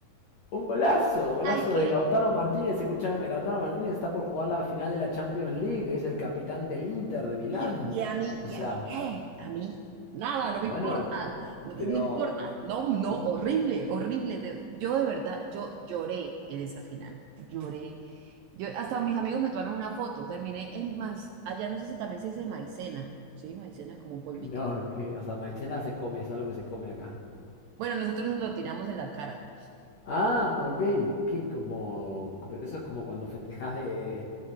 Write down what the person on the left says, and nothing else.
Un golazo, golazo
de Lautaro Martínez. Escúchame, Lautaro Martínez está por jugar la final de la Champions League, es el capitán del Inter de Milán.
O
sea,
bueno,
pero
un-
no, que, o sea, maicena se come, es algo que se come acá.
Ah, ok, que como, pero eso es como cuando festejás de,